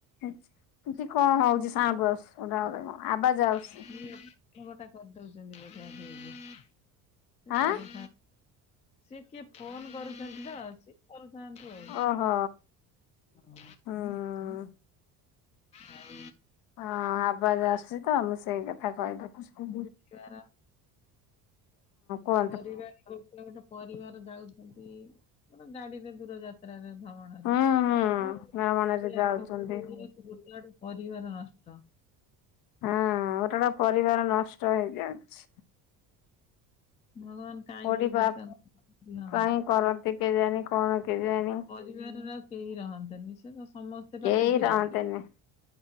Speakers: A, on the left; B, on the left.
A: ଏମତି କଣ ହଉଛି ସାଉଣ୍ଡ ଆସୁଚି ସଦାଏଳେ କଣ? ଆବାଜ ଆସୁଛି
B: କି ଗୋଟା କରିଦଉଛନ୍ତି ବୋଧେ <inaudible> ସେ
A: ଆଁ
B: କରୁ। ସିଏ କିଏ ଫୋନ କରୁଛନ୍ତି ତ ସିଏ କରୁଥାନ୍ତୁ। ଆଉ।
A: ଅ ହ
B: ହଁ।
A: ହୁଁ।
B: ଆଉ
A: ହଁ ଆବାଜ ଆସୁଚ ମୁଁ ସେଇ କଥା କହିଦଉଛି ହଁ
B: ପରିବାର
A: କୁହନ୍ତୁ?
B: ହ <inaudible> ଗୋଟେ ପରିବାର ଯାଉଛନ୍ତି ମାନେ ଗାଡିରେ ଦୂର ଯାତ୍ ଭଣରେ
A: ହୁଁ ହୁଁ
B: <unintelligible>
A: ଭ୍ରମଣରେ ଯାଉଛନ୍ତି।
B: ଗୋଟେ ଆଡୁ ପରିବାର ନଷ୍ଟ।
A: ହଁ ଗୋଟେ ଗୋଟେ ପରିବାର ନଷ୍ଟ ହେଇଯାଉଛି।
B: ଭଗବାନ କାହିଁକି
A: କୋଉଠି
B: ଏମିତି
A: ବା
B: ତାକୁ <inaudible> ହଁ।
A: କାହିଁ କରନ୍ତି। କେଜାଣିି କଣ କେଜାଣିି।
B: ପରିବାରରେ ଆଉ କେହି ରହନ୍ତେନି ସେ ତ ସମସ୍ତେ
A: କେହି
B: ପାପି ଥିଲେ।
A: ରହନ୍ତିନି